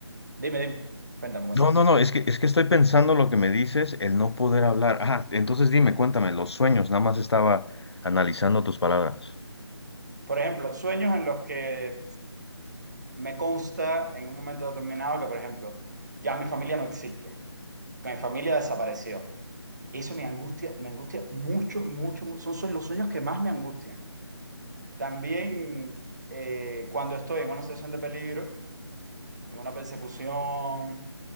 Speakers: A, on the right (about 40°); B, on the left (about 65°).
A: dime, dime, cuéntame, cuéntame.
B: No, no, no, es que, es que estoy pensando lo que me dices, el no poder hablar. Ah, entonces dime, cuéntame, los sueños, nada más estaba analizando tus palabras.
A: Por ejemplo, sueños en los que me consta en un momento determinado que, por ejemplo, ya mi familia no existe, que mi familia desapareció Eso me angustia, me angustia mucho, mucho, mu- Son, son los sueños que más me angustian. También eh, cuando estoy en una situación de peligro, en una persecución,